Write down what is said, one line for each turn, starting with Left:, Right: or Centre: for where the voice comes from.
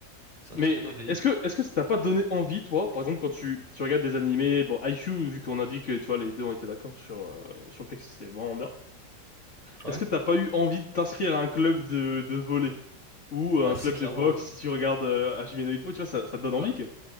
Right: ça
Left: mais
Right: a très bien vieilli.
Left: est-ce que est-ce que ça t'a pas donné envie toi, par exemple quand tu tu regardes des animés, bon IQ vu qu'on a dit que tu vois les deux ont été d'accord sur euh, sur le fait que c'était vraiment bien.
Right: Ouais.
Left: Est-ce que t'as pas eu envie de t'inscrire à un club de de volley ou à
Right: Ah
Left: un
Right: si,
Left: club
Right: clairement.
Left: de boxe
Right: hein.
Left: si tu regardes euh, Hajime no Ippo, tu vois ça ça te donne envie
Right: Bah,
Left: quand même.